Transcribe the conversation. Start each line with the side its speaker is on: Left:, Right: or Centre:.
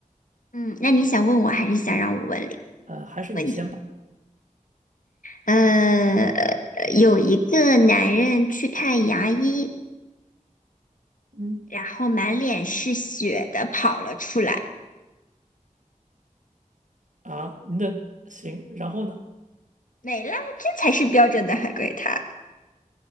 Left: 嗯，那你想问我，还是想让我问你？
Right: 呃，还是你先吧。
Left: 问你，呃，呃有一个男人去看牙医，
Right: 嗯，
Left: 然后满脸是血的跑了出来，
Right: 啊，那行，然后呢？
Left: 没了，这才是标准的海龟汤。